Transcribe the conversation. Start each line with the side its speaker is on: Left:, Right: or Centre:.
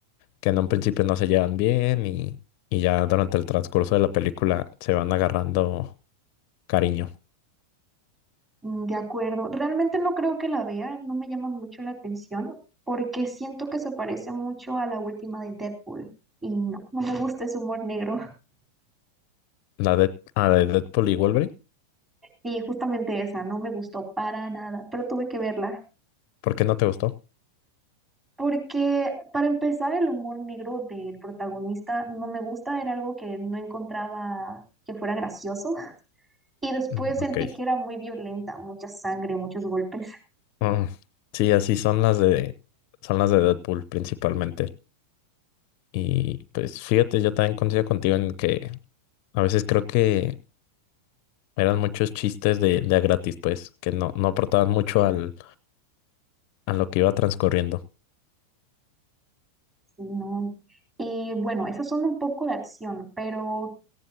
Left: que en un principio no se llevan bien y, y ya durante el transcurso de la película se van agarrando cariño.
Right: Mm, De acuerdo. Realmente no creo que la vea, no me llama mucho la atención, porque siento que se parece mucho a la última de Deadpool. Y no, no me gusta ese humor negro. <laughs>
Left: La de, ah, de Deadpool y Wolverine,
Right: Y justamente esa, no me gustó para nada, pero tuve que verla.
Left: ¿por qué no te gustó?
Right: Porque para empezar, el humor negro del protagonista no me gusta, era algo que no encontraba que fuera gracioso. <laughs> Y después
Left: Mm,
Right: sentí
Left: ok.
Right: que era muy violenta, mucha sangre, muchos golpes.
Left: Mm, sí, así son las de, son las de Deadpool principalmente. Y pues fíjate, yo también coincido contigo en que A veces creo que eran muchos chistes de, de a gratis, pues, que no, no aportaban mucho al, a lo que iba transcurriendo.
Right: Sí, no. Y bueno, esas son un poco de acción, pero